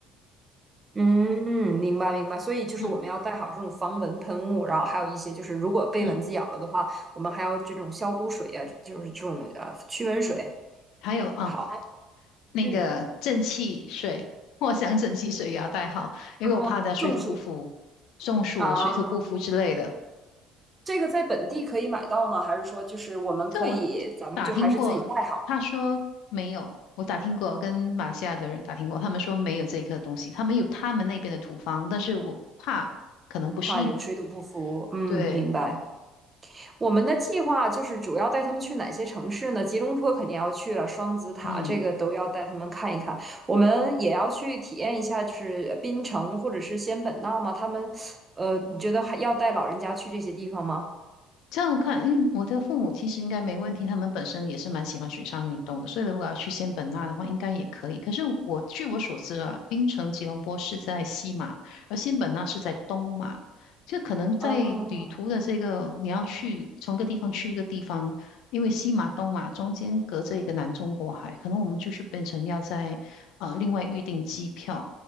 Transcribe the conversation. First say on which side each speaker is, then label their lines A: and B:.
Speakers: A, on the right; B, on the left.
A: 嗯，明白明白。所以就是我们要带好这种防蚊喷雾，
B: 嗯
A: 然后还有一些就是如果被蚊子咬了的话，
B: 嗯
A: 我们还要这种消毒水呀、就是这种呃驱蚊水。
B: 嗯，还有啊，
A: 好，
B: 那个正气水，
A: 嗯，
B: 藿香正气水也要带好，因为我怕它水土不服、
A: 然后中暑
B: 中暑、
A: 啊。
B: 水土不服之类的。
A: 这个在本地可以买到吗？还是说就是我们可以，
B: 就我
A: 咱们就还是自己带好，
B: 打听过，他说没有。我打听过，跟马来西亚的人打听过，他们说没有这一个东西，他们有他们那边的土方，但是我怕可能不适应。
A: 怕有水土不服？嗯，
B: 对，
A: 明白。我们的计划就是主要带他们去哪些城市呢？吉隆坡肯定要去了，双子塔这个都要带他们看一看。
B: 嗯。
A: 我们也要去体验一下，就是槟城或者是仙本那吗？他们，呃，你觉得还要带老人家去这些地方吗？
B: 这样看，因为我的父母其实应该没问题，他们本身也是蛮喜欢水上运动的，所以如果要去仙本那的话，应该也可以。可是我据我所知啊，槟城吉隆坡是在西马，而仙本那是在东马，就可能在旅途的这个你要去从一个地方去一个地方，
A: 哦
B: 因为西马东马中间隔着一个南中国海，可能我们就是变成要在呃另外预订机票。